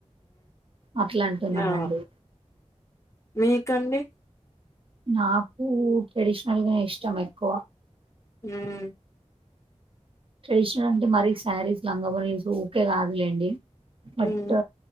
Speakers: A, on the right; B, on the left.
A: అట్లా అంటున్నానండి.
B: ఆ మీకండి
A: నాకు ట్రెడిషనల్గా ఇష్టం ఎక్కువ
B: ఉమ్
A: ట్రెడిషనల్ అంటే మరి శారీస్ లంగఓనీస్ ఊకే కాదులేండి బట్
B: మ్మ్